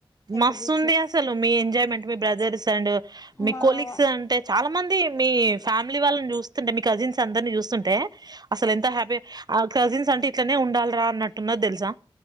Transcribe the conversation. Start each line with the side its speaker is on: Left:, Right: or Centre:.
Left: ఎప్పుడు
Right: మస్తు
Left: చూసినా
Right: ఉంది అసలు మీ ఎంజాయ్మెంట్ మీ బ్రదర్స్ అండ్ మీ
Left: మా
Right: కొలీగ్స్ అంటే చాలా మంది మీ ఫ్యామిలీ వాళ్లని చూస్తుంటే మీ కజిన్స్ అందరిని చూస్తుంటే అసలు ఎంత హ్యాపీ అ కజిన్స్ అంటే ఇట్లా నే ఉండాలి రా అన్నట్టున్నది తెలుసా